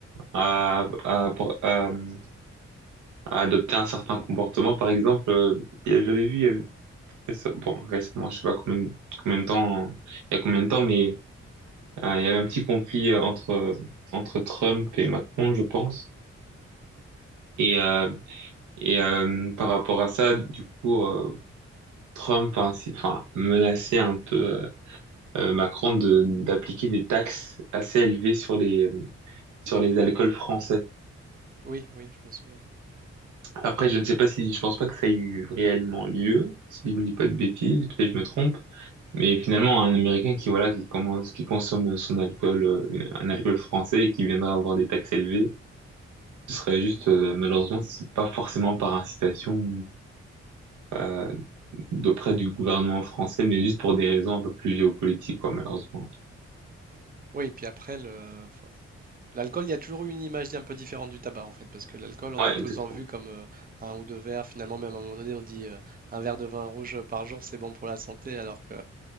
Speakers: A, on the right (about 80°); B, on the right (about 30°).
A: à à, pour- à euh, à adopter un certain comportement. Par exemple, euh, il y a- j'avais vu il y avait récem- bon, récemment, je sais pas combien combien de temps, euh, il y a combien de temps, mais euh, il y avait un petit conflit euh, entre entre Trump et Macron, je pense. Et euh, et euh, par rapport à ça, du coup. euh, Trump a ainsi, enfin, menacé un peu euh, euh, Macron de d'appliquer des taxes assez élevées sur les euh, sur les alcools français.
B: Oui, oui, je me souviens.
A: Après, je ne sais pas si je pense pas que ça ait eu réellement lieu, si je ne dis pas de bêtises, peut-être que je me trompe. Mais finalement, un Américain qui voilà qui commence qui consomme son alcool euh, une- un alcool français et qui viendrait avoir des taxes élevées, ce serait juste euh, malheureusement c'est pas forcément par incitation euh, d'auprès du gouvernement français, mais juste pour des raisons un peu plus géopolitiques quoi malheureusement.
B: Oui, puis après, le, enfin, L'alcool, il y a toujours eu une image un peu différente du tabac en fait, parce que l'alcool, on
A: Ouais,
B: a tous
A: exactement.
B: en vu comme euh, un ou deux verres. Finalement, même à un moment donné, on dit euh, un verre de vin rouge par jour, c'est bon pour la santé, alors que